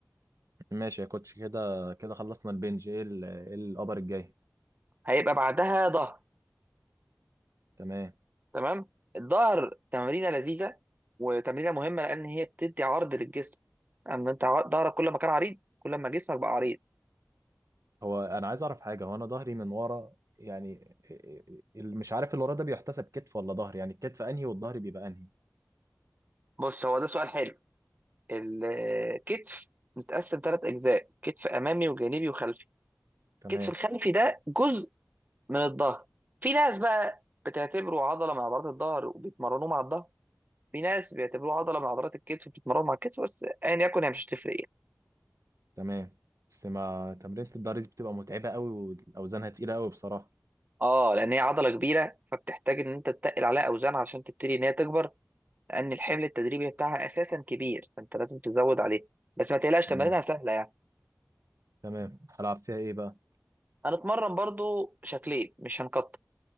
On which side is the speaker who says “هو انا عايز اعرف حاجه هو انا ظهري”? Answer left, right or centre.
Right